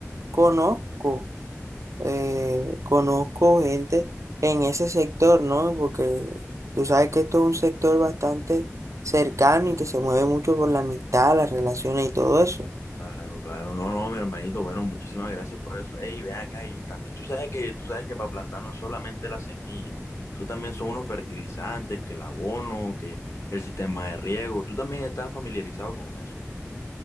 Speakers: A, on the right; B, on the left.
A: conozco eh, conozco gente en ese sector, ¿no? Porque tú sabes que esto es un sector bastante cercano y que se mueve mucho por la amistad, las relaciones y todo eso.
B: Claro, claro. No, no, mi hermanito, bueno, muchísimas gracias por eso. Ey, ven acá y también tú sabes que tú sabes que para plantar no es solamente la semilla. Eso también son unos fertilizantes, que el abono, que el sistema de riego. Tú también estás familiarizado con eso.